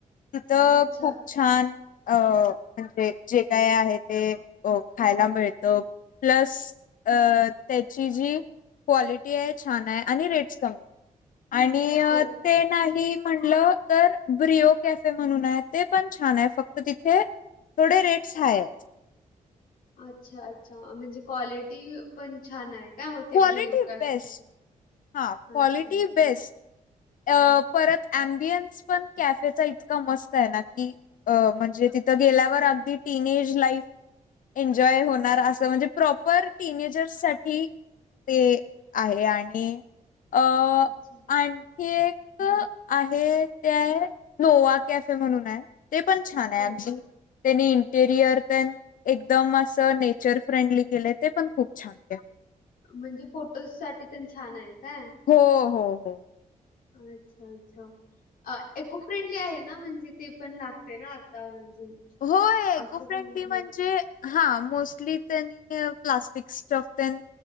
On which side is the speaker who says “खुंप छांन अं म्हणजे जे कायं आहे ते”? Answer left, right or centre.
Left